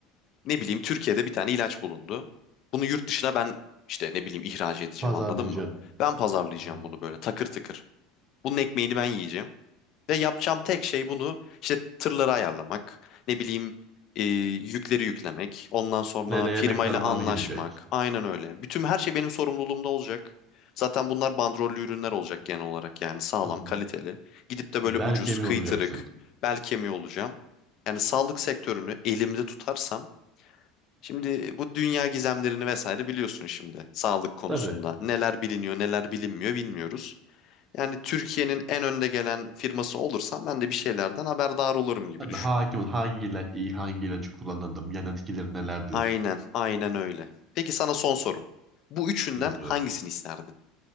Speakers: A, on the left (about 55°); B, on the right (about 25°).
A: ne bileyim Türkiye'de bir tane ilaç bulundu. Bunu yurt dışına ben işte ne bileyim ihraç edeceğim
B: pazarlayacağım.
A: anladın mı? Ben pazarlayacağım
B: Hmm.
A: bunu böyle takır tıkır. Bunun ekmeğini ben yiyeceğim. Ve yapacağım tek şey bunu işte tırları ayarlamak, ne bileyim e, yükleri yüklemek, ondan sonra
B: Nereye
A: firmayla
B: ne kadar mal
A: anlaşmak.
B: gidecek?
A: Aynen öyle. Bütün her şey benim sorumluluğumda olacak. Zaten bunlar bandrollü ürünler olacak genel olarak yani sağlam,
B: Hı hı.
A: kaliteli. Gidip de böyle
B: Bel
A: ucuz,
B: kemiği
A: kıytırık,
B: olacaksın.
A: bel kemiği olacağım. Yani sağlık sektörünü elimde tutarsam şimdi bu dünya gizemlerini vesaire biliyorsun şimdi sağlık konusunda.
B: Tabii.
A: Neler biliniyor, neler bilinmiyor bilmiyoruz. Yani Türkiye'nin en önde gelen firması olursam ben de bir şeylerden haberdar olurum gibi
B: Tabii
A: düşün.
B: hakim ol. Hangi ilaç iyi, hangi ilacı kullanırdım, yan etkileri nelerdir
A: Aynen, aynen öyle. Peki sana son sorum. Bu üçünden
B: dinliyorum.
A: hangisini isterdin?